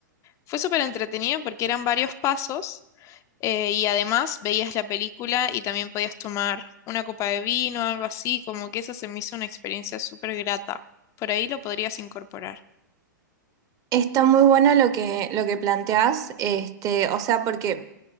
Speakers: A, on the left (about 30°); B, on the right (about 30°).
A: fue súper entretenido porque eran varios pasos eh, y además veías la película y también podías tomar una copa de vino, algo así. Como que eso se me hizo una experiencia súper grata. Por ahí lo podrías incorporar.
B: Está muy bueno lo que, lo que planteás, este, o sea, porque